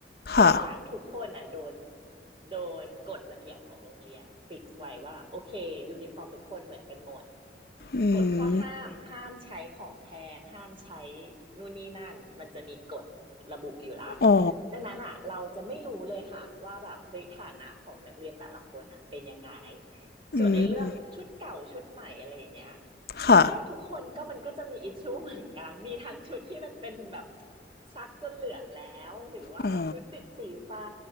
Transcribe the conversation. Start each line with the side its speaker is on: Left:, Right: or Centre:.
Right: เพราะว่าทุกคนอะโดน
Left: ค่ะ
Right: โดนกฎระเบียบของโรงเรียนฟิกซ์ไว้ว่าโอเคยูนิฟอร์มทุกคนเหมือนกันหมด
Left: อืม
Right: กฎข้อห้ามห้ามใช้ของแพงห้ามใช้นู่นนี่นั่นมันจะมีกฎระบุอยู่ละ
Left: อ๋อ
Right: ดังนั้นอ่ะเราจะไม่รู้เลยค่ะว่าแบบเฮ้ยฐานะของนักเรียนแต่ละคนอ่ะเป็นยังไง
Left: อืม
Right: ส่วนไอ้เรื่องชุดเก่าชุดใหม่อะไรอย่างเงี้ย
Left: ค่ะ
Right: ก็ทุกคนก็มันก็จะมีอิชชูเหมือนกันมีทั้งชุดที่มันเป็นแบบซักจนเหลืองแล้วหรือว่าชุดติดสีฟ้า
Left: อ๋อ